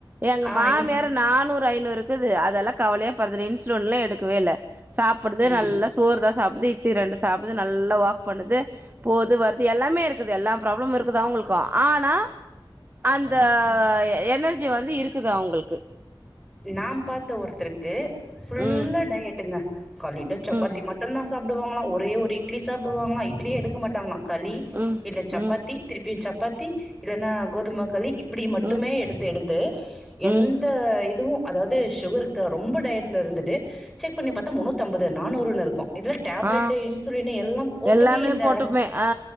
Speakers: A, on the right; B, in the centre.
A: எங்க
B: ஆ
A: மாமியார்
B: இ
A: நானூறு ஐநூறு இருக்குது அதெல்லா கவலையே படுறதில்ல இன்சுலின்ல எடுக்கவே இல்ல சாப்டுது
B: ம்
A: நல்லா சோறு தா சாப்டுது இட்லி ரெண்டு சாப்டுது நல்லா வாக் பண்ணுது போது வருது எல்லாமே இருக்குது எல்லா ப்ராப்ளமு இருக்குது அவங்களுக்கு ஆனா அந்த எ எனர்ஜி வந்து இருக்குது அவங்களுக்கு
B: நா பாத்த ஒருத்தருக்கு ஃபுல்லா
A: ம்
B: டயட்டுங்க கால்ல இத சப்பாத்தி
A: ம்
B: மட் டுதா சாப்டுவாங்களா ஒரே ஒரு இட்லி சாப்டுவாங்களா இட்லியே எடுக்க மாட்டாங்களா களி
A: ம்
B: இல்ல சப்பாத்தி
A: ம்
B: திருப்பியு சப்பாத்தி இல்லைன்னா கோதும களி இப்டி மட்டுமே
A: ம்
B: எடுத்து எடுத்து எந்த
A: ம்
B: இ துவு அதாது சுகருக்கு அ ரொம்ப டயட்ல இருந்துட்டு செக் பண்ணி பாத்தா முன்னூத்தி அம்பது நானூறுன்னு இருக்கு இதுல டேப்லெட்டு
A: ஆ
B: இன்சுலின் எல்லா போட்டுமே
A: எல்லாமே
B: இந்த
A: போட்டுப்பே ஆ